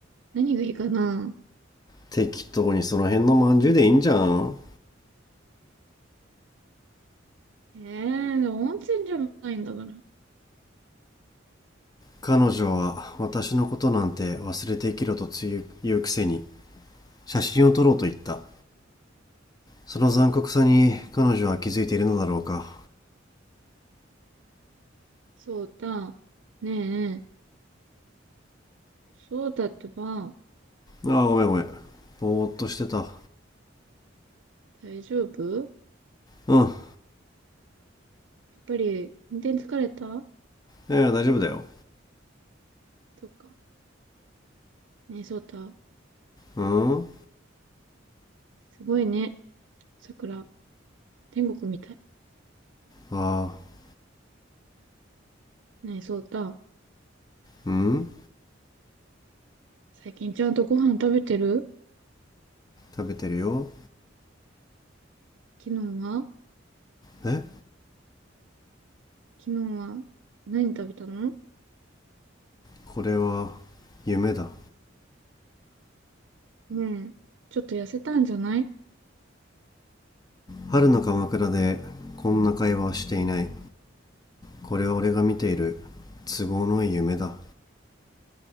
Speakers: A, on the right (about 65°); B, on the left (about 20°).
A: 何がいいかな
B: 適当にその辺のまんじゅうでいいんじゃん
A: ええー、温泉じゃないんだから。
B: 彼女は私のことなんて忘れて生きろとつゆ言うくせに写真を撮ろうと言ったその残酷さに彼女は気づいているのだろうか
A: そうだ。ねえ、そうだってば、
B: ああごめんごめんぼーっとしてた
A: 大丈夫
B: うん
A: やっぱり、運転疲れた
B: いやいや大丈夫だよ
A: うか。ねえ、そうだ。
B: うん
A: すごいね、桜。天国みたい。
B: ああ
A: ねえ、そうだ。
B: うん
A: 最近ちゃんとご飯食べてる
B: 食べてるよ
A: 昨日は
B: え
A: 昨日は何食べたの
B: これは夢だ
A: ねえ、ちょっと痩せたんじゃない
B: 春の鎌倉でこんな会話はしていないこれは俺が見ている都合のいい夢だ